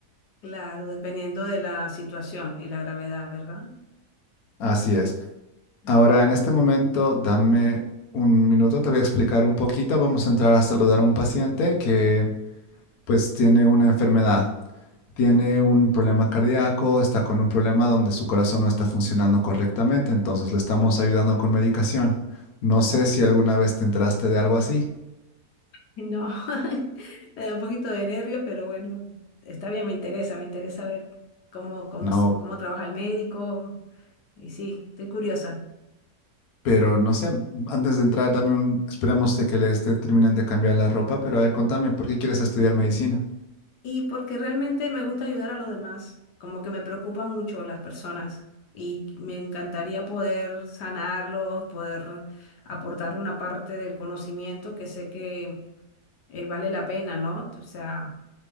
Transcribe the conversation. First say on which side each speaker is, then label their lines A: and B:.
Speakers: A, on the left (about 85°); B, on the left (about 70°).
A: Claro, dependiendo de la situación y la gravedad, ¿verdad?
B: Así es.
A: Ah,
B: Ahora, en este momento, dame un minuto, te voy a explicar un poquito. Vamos a entrar a saludar a un paciente que pues tiene una enfermedad, tiene un problema cardíaco, está con un problema donde su corazón no está funcionando correctamente, entonces le estamos ayudando con medicación. No sé si alguna vez te enteraste de algo así.
A: No, <laughs> me da un poquito de nervios, pero bueno, está bien, me interesa, me interesa ver cómo, cómo,
B: No,
A: s- cómo trabaja el médico. Y sí, estoy curiosa.
B: pero no sé, antes de entrar, dame un, esperemos de que le esté, terminen de cambiar la ropa, pero a ver, contame, ¿por qué quieres estudiar medicina?
A: Y porque realmente me gusta ayudar a los demás, como que me preocupan mucho las personas y me encantaría poder sanarlos, poder aportar una parte del conocimiento que sé que eh, vale la pena, ¿no? O sea...